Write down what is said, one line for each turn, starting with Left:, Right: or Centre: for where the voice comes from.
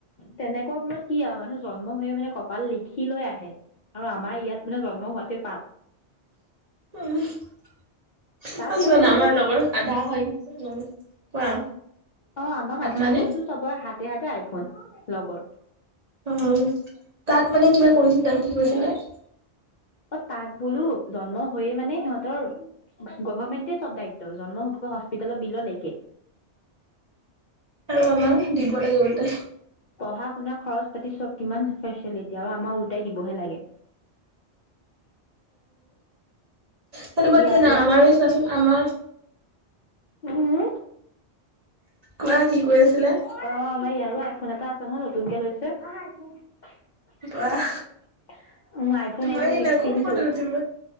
Left: তেনেকুৱা বোৰত কি আৰু মানুহ জন্ম হৈয়ে মানে, কপাল লিখি লৈ আহে। আৰু আমাৰ ইয়াত মানে জন্ম হোৱাতে পাপ।
Right: উম, অ'
Left: তাত মানে
Right: চোৱানা,
Left: তোমাৰ
Right: আমাৰ লগৰ আধা সৈ <unintelligible> কোৱা?
Left: অ'! আমাৰ মাষ্টাৰ
Right: মানে
Left: ওচৰততো চবৰ হাতে-হাতে আইফোন, লগৰ।
Right: উম, তাত মানে, কিবা কৰিছিলে, কি কৈছিলে?
Left: অ' তাত বোলোঁ, জন্ম হৈয়ে মানে, সিহঁতৰ গভাৰ্মেণ্টে চব দায়িত্ব। জন্ম হ'ব, হস্পিতেলৰ বিল লৈকে।
Right: আৰু আমাৰ, দিব লাগে উল্টাই।
Left: পঢ়া-শুনা খৰচ-পাতি চব কিমান ফেচেলিটি। আৰু আমাৰ, উল্টাই দিবহে লাগে।
Right: সেইটো বাত
Left: ইয়াৰ
Right: দিয়া না?
Left: ইয়াৰ
Right: আমাৰ চোৱাচোন, আমাৰ।
Left: উম।
Right: কোৱা কি কৈ আছিলে?
Left: অ'! আমাৰ ইয়াৰো আইফোন এটা আছে নহয়, নতুনকে লৈছে। <unintelligible>
Right: বাহ
Left: উম, আইফোন
Right: তোমাৰ
Left: এইটো,
Right: দিনা
Left: ছিক্সটিনটো।
Right: খুব ফটো উঠিব।